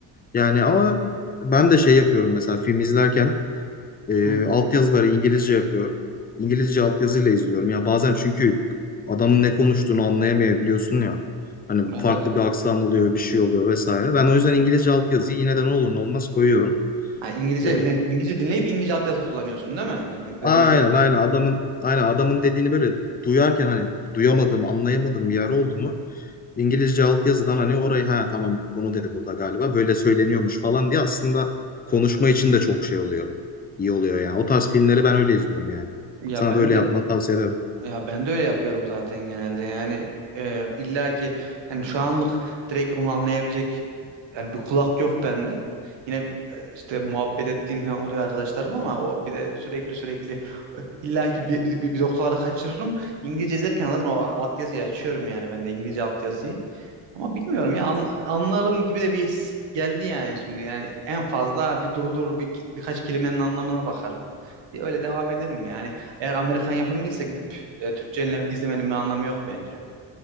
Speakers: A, on the left (about 20°); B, on the right (about 65°).
A: Yani ama ben de şey yapıyorum mesela film izlerken e,
B: Hı hı.
A: altyazıları İngilizce yapıyorum. İngilizce altyazıyla izliyorum. Ya bazen çünkü adamın ne konuştuğunu anlayamayabiliyorsun ya. Hani
B: Evet.
A: farklı bir aksan oluyor, bir şey oluyor vesaire. Ben o yüzden İngilizce altyazıyı yine de ne olur ne olmaz koyuyorum.
B: Ha, İngilizce
A: E,
B: yine İngilizce dinleyip İngilizce altyazı kullanıyorsun değil mi? Dedi, dediği
A: aynen
B: şey. o.
A: aynen adamın aynen adamın dediğini böyle duyarken hani duyamadım, anlayamadım bir yer oldu mu? İngilizce altyazıdan hani orayı ha tamam bunu dedi burada galiba böyle söyleniyormuş falan diye aslında konuşma için de çok şey oluyor. İyi oluyor yani. O tarz filmleri ben öyle izliyorum yani.
B: Ya
A: Sana
B: ben
A: da öyle
B: de
A: yapmanı tavsiye ederim.
B: Ya ben de öyle yapıyorum zaten genelde. Yani e, illa ki yani şu anlık direkt onu anlayabilecek yani bir kulak yok bende. Yine e, işte muhabbet ettiğim falan oluyor arkadaşlarım ama o bir de sürekli sürekli e, illa ki bir, bir, bir, bir noktalara kaçırırım. İngilizce izlerken zaten o altyazıyı açıyorum yani ben de İngilizce altyazıyı. Ama bilmiyorum ya an- anlarım gibi de bir his geldi yani şimdi. Yani en fazla bir durdur bir, birkaç kelimenin anlamına bakarım. Diye öyle devam ederim yani. Eğer Amerikan yapımıysa gidip e, Türkçe izlemenin bir anlamı yok bence.